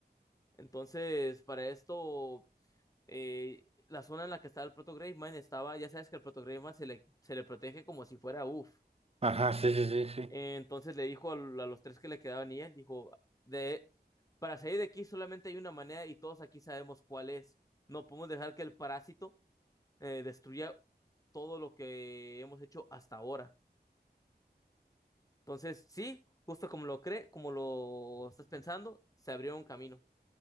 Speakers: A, on the left (about 20°); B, on the right (about 35°).
A: Entonces, para esto, eh, la zona en la que estaba el proto Gravemind estaba, ya sabes que el proto Gravemind se le, se le protege como si fuera uff.
B: Ajá, sí, sí, sí, sí.
A: Entonces le dijo al- a, los tres que le quedaban y él dijo, de, para salir de aquí solamente hay una manera y todos aquí sabemos cuál es. No podemos dejar que el parásito eh, destruya todo lo que hemos hecho hasta ahora. Entonces, sí, justo como lo cree, como lo estás pensando, se abrió un camino.